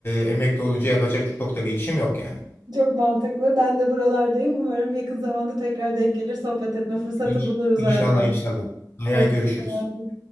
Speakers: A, on the left; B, on the right.
A: e, emekli olunca yapacak çok da bir işim yok yani.
B: Çok mantıklı. Ben de buralardayım. Umarım yakın zamanda tekrar denk gelir, sohbet etme fırsatı
A: İnş-
B: buluruz
A: İnşallah
B: Adem.
A: inşallah. Hayal
B: Hoşça
A: görüşürüz.
B: kal.